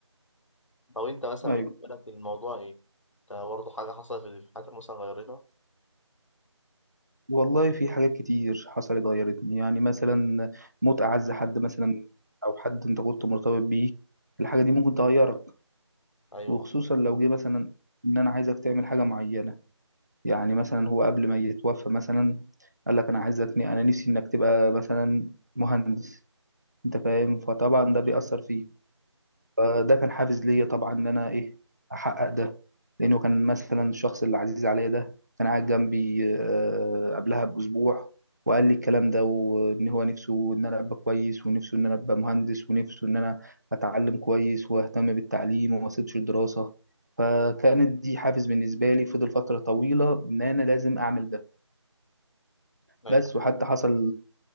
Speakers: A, on the left; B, on the right.
A: طب انت مثلا
B: ايوه
A: بالنسبه لك الموضوع ايه انت برضه حاجه حصلت في حياتك مثلا غيرتها
B: والله في حاجات كتير حصلت غيرتني يعني مثلا موت اعز حد مثلا او حد انت كنت مرتبط بيه الحاجه دي ممكن تغيرك
A: ايوه
B: وخصوصا لو جه مثلا ان انا عايزك تعمل حاجه معينه يعني مثلا هو قبل ما يتوفى مثلا قال لك انا عايزك انا نفسي انك تبقى مثلا مهندس انت فاهم فطبعا ده بيأثر
A: مم.
B: فيك فده كان حافز ليا طبعا ان انا ايه احقق ده لانه كان مثلا الشخص اللي عزيز عليا ده كان قاعد جنبي آه، قبلها باسبوع وقال لي الكلام ده وان هو نفسه ان انا ابقى كويس ونفسه ان انا ابقى مهندس ونفسه ان انا اتعلم كويس واهتم بالتعليم وما اسيبش الدراسة فكانت دي حافز بالنسبة لي فضل فترة طويلة ان انا لازم اعمل ده
A: ايوه
B: بس وحتى حصل